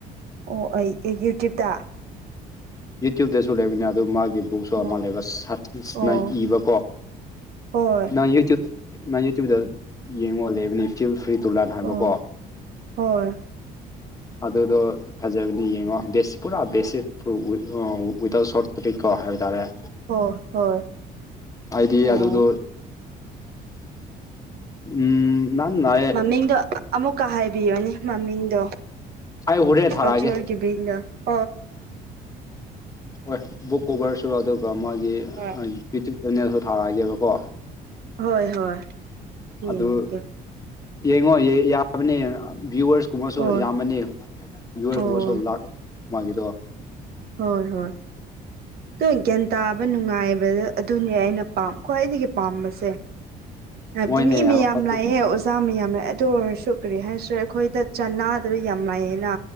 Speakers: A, on the right; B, on the left.
A: ꯑꯣ ꯑꯩ ꯑꯦ ꯌꯨꯇ꯭ꯌꯨꯕꯇ
B: ꯌꯨꯇ꯭ꯌꯨꯕꯇꯁꯨ ꯂꯩꯕꯅꯤ ꯑꯗꯨ ꯃꯥꯒꯤ ꯕꯨꯛ ꯁꯣ ꯑꯃ
A: ꯑꯣ
B: ꯂꯩꯕ ꯁꯥꯇꯤꯁꯅ
A: ꯑꯣ
B: ꯏꯕꯀꯣ
A: ꯍꯣꯏ
B: ꯅꯪ ꯌꯨꯇꯌꯨꯕ ꯅꯪ ꯌꯨꯇ꯭ꯌꯨꯕꯇ ꯌꯦꯡꯉꯣ ꯂꯩꯕꯅꯦ ꯐꯤꯜ ꯐ꯭ꯔꯤ ꯇꯨꯂꯥꯟ ꯍꯥꯏꯕꯀꯣ
A: ꯑꯣ ꯍꯣꯏ
B: ꯑꯗꯨꯗꯣ ꯐꯖꯕꯅꯤ ꯌꯦꯡꯉꯣ ꯕ‌ꯦꯁ ꯄꯨꯔꯥ ꯕꯦꯁꯤꯠ ꯑꯣ ꯋꯤꯗꯥꯎꯠ ꯁꯣꯔꯠꯇ ꯀꯔꯤꯀꯣ ꯍꯥꯏꯕ ꯇꯥꯔꯦ
A: ꯑꯣ ꯍꯣꯏ
B: ꯍꯥꯏꯗꯤ
A: ꯑꯣ
B: ꯑꯗꯨꯗꯣ ꯎꯝ ꯅꯪꯅ
A: ꯃꯃꯤꯡꯗꯣ ꯑꯃꯨꯛꯀ ꯍꯥꯏꯕꯤꯌꯣꯅꯦ ꯃꯃꯤꯡꯗꯣ
B: ꯑꯩ ꯍꯣꯔꯦꯟ ꯊꯥꯔꯛꯑꯒꯦ
A: ꯑꯧꯊꯣꯔꯒꯤ <unintelligible>
B: ꯍꯣꯏ ꯕꯨꯛ ꯀꯣꯚꯔꯁꯨ ꯑꯗꯨꯒ ꯃꯥꯒꯤ
A: ꯍꯣꯏ
B: ꯌꯨꯇ꯭ꯌꯨꯞ ꯆꯦꯅꯦꯜꯁꯨ ꯊꯔꯛꯑꯒꯦꯕꯀꯣ
A: ꯍꯣꯏ ꯍꯣꯏ ꯌꯦꯡꯒꯦ
B: ꯑꯗꯨ ꯌꯦꯡꯉꯣ ꯌꯥꯕꯅꯦ ꯚꯤꯌꯨꯋꯔꯁ ꯀꯨꯝꯕꯁꯨ
A: ꯑꯣ
B: ꯌꯥꯝꯃꯅꯤ ꯚꯤꯌꯨꯔꯀꯨꯝꯕꯁꯨ
A: ꯑꯣ
B: ꯂꯥꯛ ꯃꯥꯒꯤꯗꯣ
A: ꯍꯣꯏ ꯍꯣꯏ ꯅꯣꯏ ꯒ꯭ꯌꯥꯟ ꯇꯥꯕ ꯅꯨꯡꯉꯥꯏꯕꯗ ꯑꯗꯨꯅꯦ ꯑꯩꯅ ꯄꯥ ꯈ꯭ꯋꯥꯏꯗꯒꯤ ꯄꯥꯝꯕꯁꯦ ꯍꯥꯏꯕꯗꯤ
B: ꯃꯣꯏꯅꯦ
A: ꯃꯤ ꯃꯌꯥꯝ
B: ꯍꯧꯖꯤꯛ
A: ꯂꯥꯛꯑꯦ ꯆꯥꯝꯃ ꯌꯥꯝ ꯂꯥꯛꯑꯦ ꯑꯗꯨ ꯑꯣꯏꯔꯁꯨ ꯀꯔꯤ ꯍꯥꯏꯁꯤꯔꯦ ꯑꯩꯈꯣꯏꯗ ꯆꯅꯥꯗꯔꯗꯤ ꯌꯥꯝ ꯂꯥꯛꯑꯦꯅ